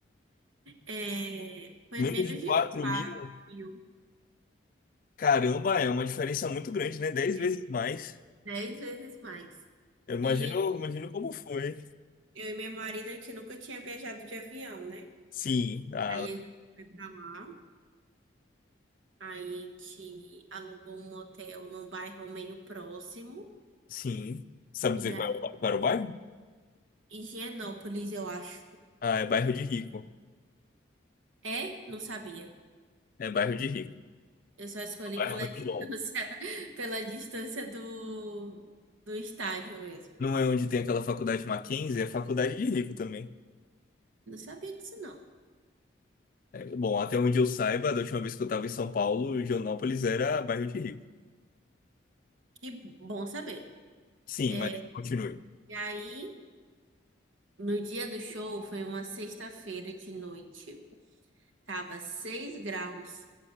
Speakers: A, on the right; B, on the left.
A: É, foi
B: Menos
A: menos
B: de
A: de
B: 4
A: quatro
B: mil.
A: mil.
B: Caramba, é uma diferença muito grande, né? dez vezes
A: É,
B: mais.
A: 10 vezes mais.
B: Eu imagino,
A: E
B: imagino como foi.
A: eu e meu marido, a gente nunca tinha viajado de avião, né?
B: Sim, ah,
A: Aí a gente foi pra lá. Aí a gente alugou um motel num bairro meio próximo.
B: sim. Sabe dizer
A: E aí,
B: qual é o, ba- qual era o bairro?
A: Higienópolis, eu acho.
B: Ah, é bairro de rico.
A: É? Não sabia.
B: É bairro de rico.
A: Eu só escolhi
B: É um bairro
A: pela
B: muito
A: <laughs> distância,
B: longo.
A: pela distância do, do estádio mesmo.
B: Não é onde tem aquela faculdade Mackenzie, é faculdade de rico também.
A: Não sabia disso, não.
B: É, bom, até onde eu saiba, da última vez que eu estava em São Paulo, Joanópolis era bairro de rico.
A: Que bom saber.
B: Sim,
A: É,
B: mas continue.
A: e aí, no dia do show, foi uma sexta-feira de noite. Tava 6 graus